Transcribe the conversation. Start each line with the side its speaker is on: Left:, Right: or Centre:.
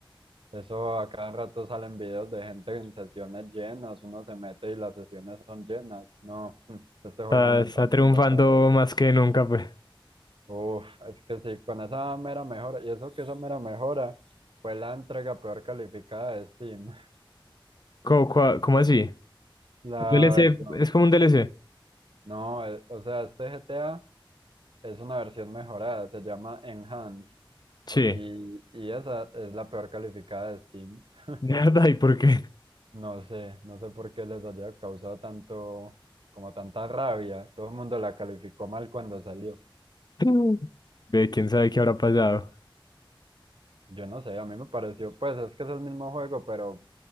Right: eso a cada rato salen videos de gente en sesiones llenas, uno se mete y las sesiones son llenas. No, <laughs> este
Left: Está,
Right: juego no
Left: está
Right: está muerto
Left: triunfando
Right: todavía.
Left: más que nunca, pues.
Right: Uf, es que sí, con esa mera mejora, y eso que esa mera mejora fue la entrega peor calificada de Steam. <laughs>
Left: ¿Cómo, cua- cómo así?
Right: La
Left: El DLC
Right: versión,
Left: es como un DLC.
Right: no, eh, o sea, este GTA es una versión mejorada, se llama Enhanced,
Left: Sí, de
Right: y, y esa es la peor calificada de Steam. <laughs>
Left: verdad, ¿y por qué?
Right: No sé, no sé por qué les haya causado tanto, como tanta rabia. Todo el mundo la calificó mal cuando salió.
Left: <laughs> Ve, quién sabe qué habrá pasado.
Right: Yo no sé, a mí me pareció, pues es que es el mismo juego, pero